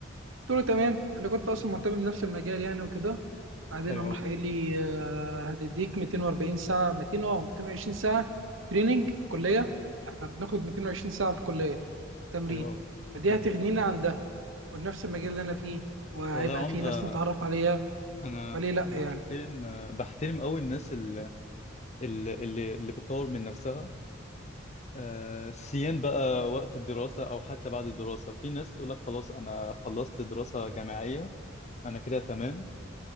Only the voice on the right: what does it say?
قلت له تمام أنا كنت أصلا مهتم بنفس المجال يعني وكده بعدين
قام
راح قايل لي آه، هتديك 240 ساعة 200 أه 220 ساعة تريننج في الكلية إحنا بناخد 220 ساعة في الكلية تمرين
فدي
هتغنينا عن ده ونفس المجال اللي أنا فيه وهيبقى
فيه ناس نتعرف عليها
فليه لأ
يعني